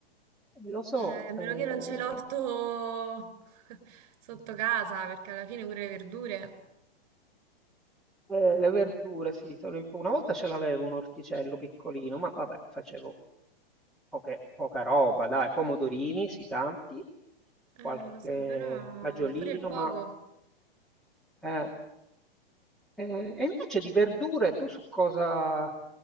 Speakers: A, in the centre; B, on the right (about 35°).
A: Lo so,
B: Eh, a meno
A: eh,
B: che non c'è l'orto <laughs> sotto casa, perché alla fine pure le verdure.
A: eh, le verdure, sì, sono un po'- una volta ce l'avevo un orticello piccolino, ma vabbè, facevo poche- poca roba, dai, pomodorini, sì, tanti,
B: Eh,
A: qualche
B: lo so, però
A: fagiolino,
B: pure il poco.
A: ma... eh, Ehm, e invece di verdure tu su cosa